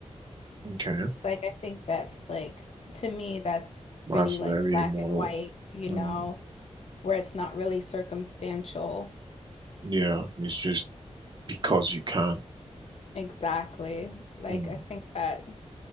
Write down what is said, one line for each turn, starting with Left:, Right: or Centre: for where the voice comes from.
Right: Okay,
Left: Like, I think that's like, to me, that's
Right: that's
Left: pretty
Right: very
Left: like black
Right: immoral.
Left: and white, you
Right: Mm,
Left: know? where it's not really circumstantial.
Right: yeah, it's just because you can.
Left: Exactly. Like
Right: Mm,
Left: I think that